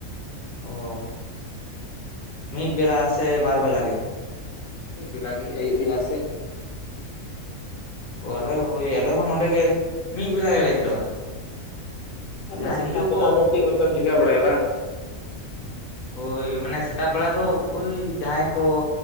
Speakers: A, on the left; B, on the left.
A: ᱚ, ᱢᱤᱫ ᱵᱮᱞᱟ ᱥᱮ ᱵᱟᱨ ᱵᱮᱞᱟ ᱜᱮ?
B: ᱢᱤᱫ ᱵᱮᱞᱟ ᱜᱮ ᱟᱹᱭᱩᱵ ᱵᱮᱞᱟ ᱥᱮᱫ᱾
A: ᱚ ᱟᱞᱮ ᱦᱚᱸ ᱦᱳᱭ ᱟᱞᱮᱦᱚᱸ ᱱᱚᱰᱮᱸ ᱜᱮ ᱢᱤᱫ ᱵᱮᱞᱟ ᱜᱮᱞᱮ ᱠᱷᱮᱞᱳᱜᱼᱟ᱾
B: ᱢᱟᱱᱮ
A: ᱚᱱᱟ
B: ᱥᱮᱛᱟᱜ
A: ᱦᱤᱡᱩᱜ
B: ᱵᱮᱞᱟ
A: ᱟᱠᱚ
B: ᱫᱚ ᱪᱮᱫ ᱠᱚᱪᱚᱢ ᱪᱤᱠᱟᱹ ᱵᱟᱲᱟᱭᱟ ᱵᱟᱝ?
A: ᱦᱳᱭ ᱢᱟᱱᱮ ᱥᱮᱛᱟᱜ ᱵᱮᱲᱟ ᱫᱚ ᱳᱭ ᱡᱟᱦᱟᱸᱭ ᱠᱚ